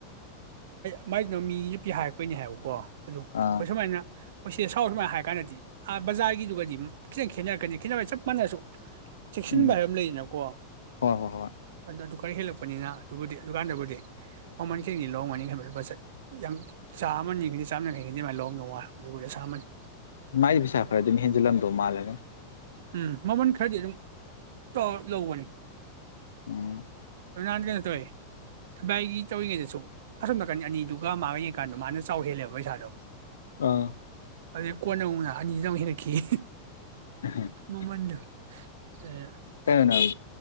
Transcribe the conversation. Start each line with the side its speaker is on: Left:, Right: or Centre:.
Right: ꯃꯥꯏꯗꯣ ꯃꯤꯒꯤ ꯅꯨꯄꯤ ꯍꯥꯏꯔꯛꯄꯩꯅꯦ ꯍꯥꯏꯕꯀꯣ ꯑꯗꯣ
Left: ꯑꯥ
Right: ꯑꯩꯈꯣꯏ ꯁꯨꯃꯥꯏꯅ ꯑꯩꯈꯣꯏ ꯁꯤ ꯁꯥꯎ ꯁꯨꯃꯥꯏꯅ ꯍꯥꯏꯔ ꯀꯥꯟꯗꯗꯤ ꯕꯖꯥꯔꯒꯤꯗꯨꯒꯗꯤ ꯈꯤꯇꯪ ꯈꯦꯠꯅꯔꯛꯀꯅꯤ ꯈꯦꯠꯅꯕ ꯍꯥꯏꯁꯦ ꯆꯞ ꯃꯥꯟꯅꯔꯁꯨ ꯆꯦꯛꯁꯤꯟꯕ
Left: ꯎꯝ
Right: ꯍꯥꯏꯕ ꯑꯃ ꯂꯩꯗꯅꯀꯣ
Left: ꯍꯣꯏ ꯍꯣꯏ ꯍꯣꯏ
Right: ꯑꯗ ꯑꯗꯨ ꯈꯔ ꯍꯦꯜꯂꯛꯄꯅꯤꯅ ꯑꯗꯨꯕꯨꯗꯤ ꯑꯗꯨꯀꯥꯟꯗꯕꯨꯗꯤ ꯃꯃꯜ ꯈꯤꯇꯡꯗꯤ ꯂꯧꯔꯝꯒꯅꯤ ꯑꯩꯅ ꯈꯪꯕ ꯂꯨꯄꯥ ꯌꯥꯝ ꯆꯥꯝꯃꯅꯤ ꯈꯪꯗꯦ ꯆꯥꯝ ꯌꯥꯡꯈꯩ ꯈꯪꯗꯤ ꯑꯗꯨꯃꯥꯏꯅ ꯂꯔꯝꯗꯧ ꯃꯥꯜꯂꯦ ꯑꯗꯨꯒꯕꯨ ꯑꯁꯥꯃꯟꯅꯤ
Left: ꯃꯥꯥꯏꯒꯤ ꯄꯩꯁꯥ ꯈꯔ ꯑꯗꯨꯝ ꯍꯦꯟꯖꯜꯂꯝꯗꯧ ꯃꯥꯜꯂꯦ ꯑꯗꯨꯝ
Right: ꯎꯝ ꯃꯃꯟ ꯈꯔꯗꯤ ꯑꯗꯨ ꯇꯧꯔ ꯂꯧꯕꯅꯤ
Left: ꯎꯝ
Right: ꯔꯣꯅꯥꯜ ꯀꯩꯅꯣ ꯇꯧꯋꯦ ꯕꯥꯏꯒꯤ ꯇꯧꯔꯤꯉꯩꯗꯁꯨ ꯑꯁꯣꯝ ꯅꯥꯀꯟ ꯑꯅꯤꯗꯨꯒ ꯃꯥꯒ ꯌꯦꯡꯅꯀꯥꯟꯗ ꯃꯥꯅ ꯆꯥꯎ ꯍꯦꯜꯂꯦꯕ ꯄꯩꯁꯥꯗꯣ
Left: ꯑꯥ
Right: ꯑꯗꯨꯗꯩ ꯀꯣꯟꯅ ꯑꯃꯨꯛ ꯑꯅꯤꯗꯨꯅ ꯑꯃꯨꯛ ꯍꯦꯟꯒꯛꯈꯤꯌꯦ
Left: <unintelligible>
Right: ꯃꯃꯥꯟ ꯗꯣ <inaudible>
Left: ꯀꯩꯅꯣ ꯅꯪ